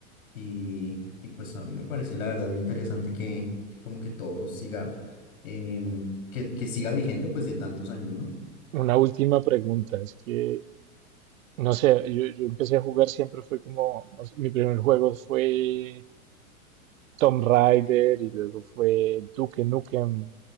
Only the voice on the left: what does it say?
Y, y pues a mí me parece la verdad interesante que, que como que todo siga, em, que, que siga vigente pues de tantos años, ¿no?